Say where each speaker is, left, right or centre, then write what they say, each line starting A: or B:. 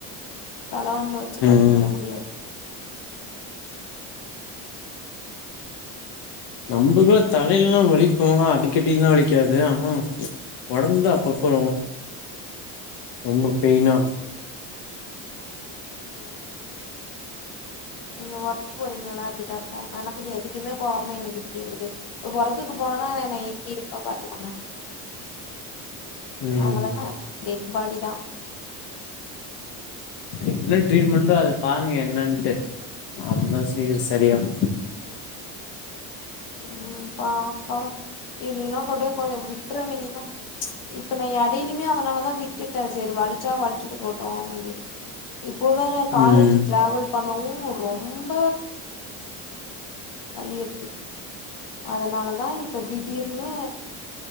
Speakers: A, on the left; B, on the left.
A: தலவன்ல வெச்சி
B: ம்
A: படுக்க கூட முடியாது
B: நம்பலூக்கே தலையல்லாம் வலிக்கும் அடிக்கடில்லாம் வலிக்காது ஆனா ஒடம்பு தா அப்பப்போ ரொம்ப பெயினா
A: ம் நீங்க ஒர்க் போறீங்கல்ல அப்டிதான் இருக்கும் எனக்கு எதுக்குமே போகாம எனக்கு இப்டி இருக்குது ஒருக்கு போனும்னா ந எப்டி இருப்ப பாத்துக்கோங்க
B: ம்
A: அவளதான் டெட் பாடி தா
B: என்ன ரீட்மெண்ட்டு அத பாருங்க என்னன்ட்டு அப்பதான் சீக்கிரம் செரியாகும்
A: ம் பாக்கலாம் இல்லனா கூட கொஞ்சம் விட்டுறவேனிதா இப்ப நா எடையிலுமே அதனாலதான் விட்டுட்டேன் செரி வலிச்சா வலிச்சுட்டு போட்டோம் அப்டின்னு இப்போ வேற காலேஜி
B: ம்
A: டிரவல் பண்ணவு ரொம்ப வலியே அதனாலதா இப்ப திடீர்னு